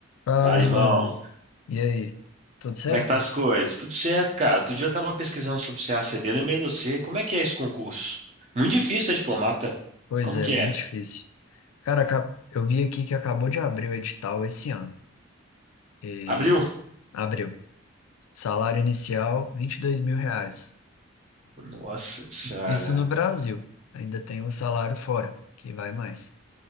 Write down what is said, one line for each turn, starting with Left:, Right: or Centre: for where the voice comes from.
Left: Fala,
Right: Fala,
Left: irmão.
Right: irmão.
Left: E aí? Tudo certo?
Right: Como é que tá as coisas? Tudo certo, cara. Outro dia eu tava pesquisando sobre o CACD, lembrei de você. Como é que é esse concurso? Muito difícil ser diplomata.
Left: Pois
Right: Como
Left: é,
Right: que
Left: muito
Right: é?
Left: difícil. Cara, aca- eu vi aqui que acabou de abrir o edital esse ano. E
Right: Abriu?
Left: abriu. Salário inicial, vinte e dois mil reais.
Right: Nossa senhora.
Left: Isso no Brasil. Ainda tem um salário fora, que vai mais.